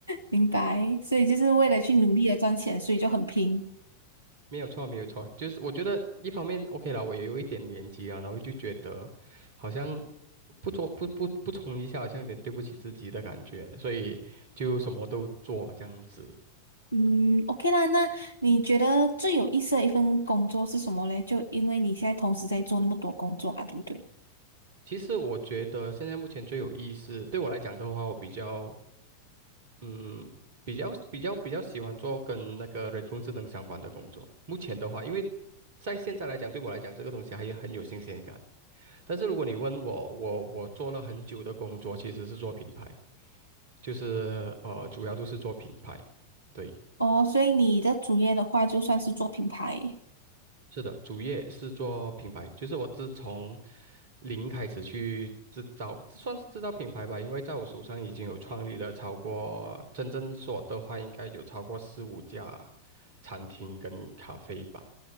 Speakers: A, on the left (about 85°); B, on the right (about 50°).
A: 明白。所以就是为了去努力的赚钱，所以就很拼。
B: 没有错，没有错。就是我觉得一方面 OK 啦，我也有一点年纪了，然后就觉得好像不做不不不冲一下，好像有点对不起自己的感觉，所以就什么都做这样子。
A: 嗯，OK 啦。那你觉得最有意思的一份工作是什么嘞？就因为你现在同时在做那么多工作啊，对不对？
B: 其实我觉得现在目前最有意思，对我来讲的话，我比较嗯，比较比较比较喜欢做跟那个人工智能相关的工作。目前的话，因为在现在来讲，对我来讲，这个东西还有很有新鲜感。但是如果你问我，我我做了很久的工作，其实是做品牌，就是呃，主要都是做品牌。对。
A: 哦，所以你的主业的话，就算是做品牌。
B: 是的，主业是做品牌，就是我自从零开始去制造，这算是制造品牌吧，因为在我手上已经有创立了超过，真正说的话应该有超过四五家餐厅跟咖啡吧。